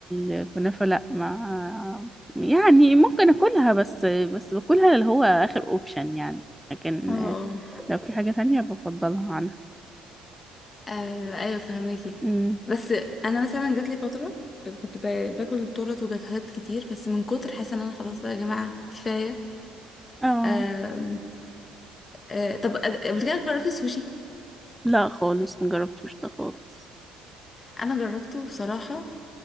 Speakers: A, in the centre; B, on the left.
A: الكنافة لا ما يعني ممكن أكلها بس بس باكلها اللي هو آخر أوبشن يعني لكن
B: اه آه.
A: آه، لو في حاجة تانية بفضلها عنها
B: آه ايوه فهماكي
A: أمم.
B: بس انا مثلا جات لي فتره كنت ب- باكل تورت وجاتوهات كتير بس من كتر حاسه ان انا خلاص بقى يا جماعه كفايه
A: اه
B: آم، آه طب قبل كده جربتي السوشي
A: لا خالص مجربتوش ده خالص
B: انا جربته بصراحه